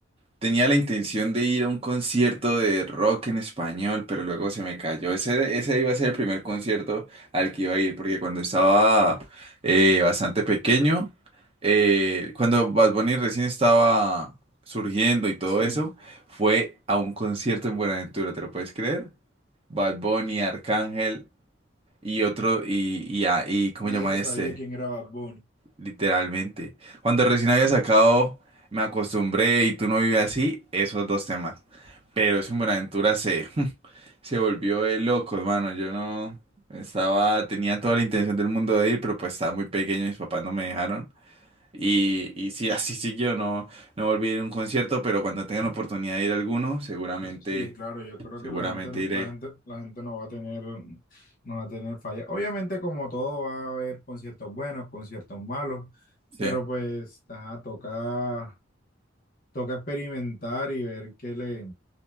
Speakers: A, on the right; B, on the left.
A: tenía la intención de ir a un concierto de rock en español, pero luego se me cayó. Ese, ese iba a ser el primer concierto al que iba a ir, porque cuando estaba eh, bastante pequeño, eh, cuando Bad Bunny recién estaba surgiendo y todo
B: Sí,
A: eso, fue a un concierto en Buenaventura, ¿te lo puedes creer? Bad Bunny, Arcángel y otro, y, y, a- y ¿cómo
B: nadie
A: se llama
B: sabía
A: este?
B: quién era Bad Bunny.
A: Literalmente. Cuando recién había sacado Me acostumbré y tú no vives así, esos dos temas. Pero es un Buenaventura se, <laughs> se volvió de locos, mano. Yo no estaba, tenía toda la intención del mundo de ir, pero pues estaba muy pequeño, mis papás no me dejaron. Y, y sí, <laughs> así siguió, no, no volví a ir a un concierto, pero cuando tengan la oportunidad de ir a alguno, seguramente,
B: Sí, claro, yo creo
A: seguramente
B: que la gente,
A: iré.
B: la gente, la gente no va a tener, no va a tener falla. Obviamente, como todo, va a haber conciertos buenos, conciertos malos,
A: Sí,
B: pero pues, ajá, toca, toca experimentar y ver qué le,